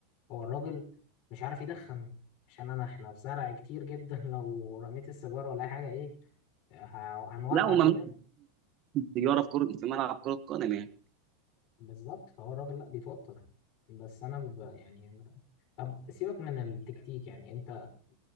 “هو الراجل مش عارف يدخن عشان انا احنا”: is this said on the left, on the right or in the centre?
Left